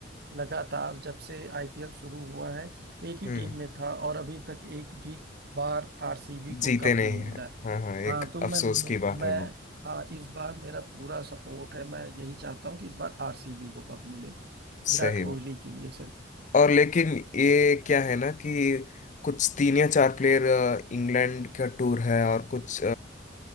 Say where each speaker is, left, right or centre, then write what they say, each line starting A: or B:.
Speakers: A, on the right; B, on the left.
A: लगातार जब से आईपीएल शुरू हुआ है एक ही
B: हम्म
A: टीम में था और अभी तक एक भी बार आरसीबी को
B: जीते
A: कप
B: नहीं
A: नहीं
B: है
A: मिला
B: हाँ हाँ
A: हाँ
B: एक
A: तो
B: अफसोस
A: मैं मैं
B: की बात
A: मैं-
B: है वो
A: हाँ इस बार मेरा पूरा सपोर्ट है मैं यही चाहता हूँ कि इस बार आरसीबी को कप मिले विराट
B: सही
A: कोहली
B: बात।
A: के लिए सिर्फ
B: और लेकिन ये क्या है ना कि कुछ तीन या चार प्लेयर इंग्लैंड का टूर है और कुछ